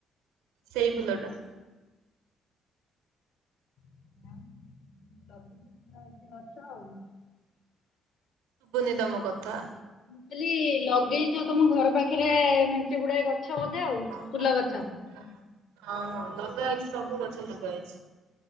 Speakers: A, on the right (about 65°); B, on the left (about 55°).
A: ସେଇ ଫୁଲଟା।
B: <unintelligible>
A: ଶୁଭୁନି ତମ କଥା।
B: ମୁଁ କଇଲି ଲଗେଇଚ ତମ ଘର ପାଖରେ ମେଞ୍ଚେ ଗୁଡାଏ ଗଛ ବୋଧେ ଆଉ
A: ହଁ
B: ଫୁଲ ଗଛ
A: ହଁ ଲଗା ହେଇଚି ସବୁ ଗଛ ଲଗା ହେଇଛି।